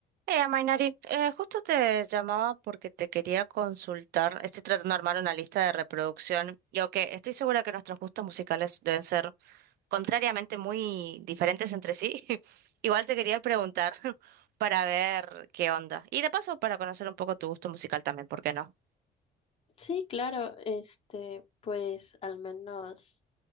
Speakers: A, on the right; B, on the left.
A: Eh, Mainari, eh, justo te llamaba porque te quería consultar. Estoy tratando de armar una lista de reproducción y aunque estoy segura que nuestros gustos musicales deben ser contrariamente muy diferentes entre sí, <laughs> igual te quería preguntar <laughs> para ver qué onda. Y de paso para conocer un poco tu gusto musical también, ¿por qué no?
B: Sí, claro, este, pues al menos